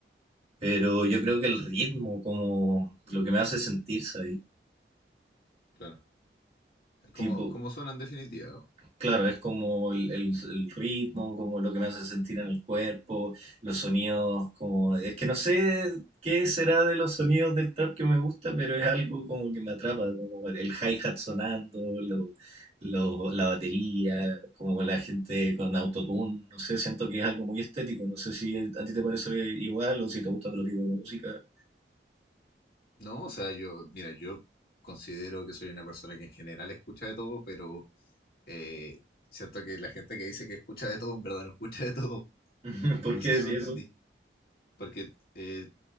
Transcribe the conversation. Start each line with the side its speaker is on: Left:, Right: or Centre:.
Right: Pero yo creo que el ritmo, como lo que me hace sentirse ahí,
Left: Claro.
Right: tipo,
Left: cómo ¿cómo suena en definitiva?
Right: Claro, es como el, el- el ritmo, como lo que me hace sentir en el cuerpo, los sonidos, como... Es que no sé qué será de los sonidos del trap que me gusta, pero es algo como que me atrapa, como el hi-hat sonando, lo- lo- la batería, como la gente con autotune, no sé, siento que es algo muy estético, no sé si a ti te parece igual o si te gusta otro tipo de música.
Left: No, o sea, yo, mira, yo considero que soy una persona que en general escucha de todo, pero eh, siento que la gente que dice que escucha de todo, en verdad no escucha de todo.
Right: <laughs> ¿Por
Left: No
Right: qué
Left: sé
Right: decir
Left: si me entendí.
Right: eso?
Left: Porque eh,